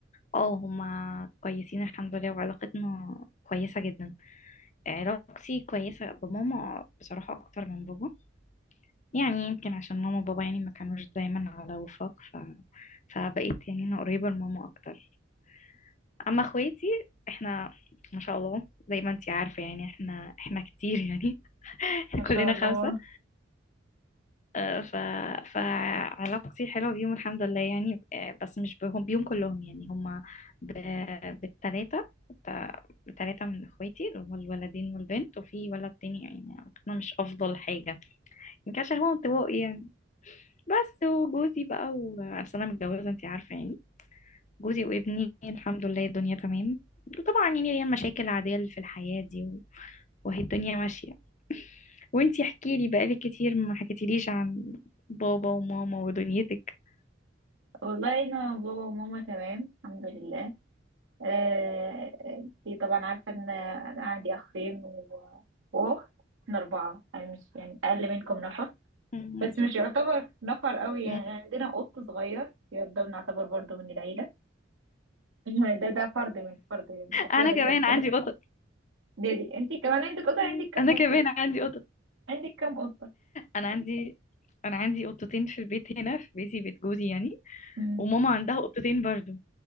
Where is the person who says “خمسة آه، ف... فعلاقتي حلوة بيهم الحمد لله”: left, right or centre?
Left